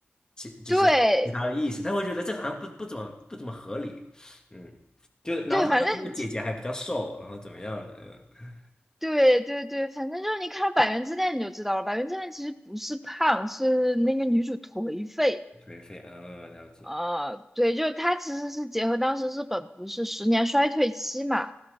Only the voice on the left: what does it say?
其就是其他的意思，
但我觉得这个好像不不怎么不怎么合理，嗯，就然后她的那个姐姐还比较瘦，
然后怎么样的，嗯，
颓废，嗯，了解，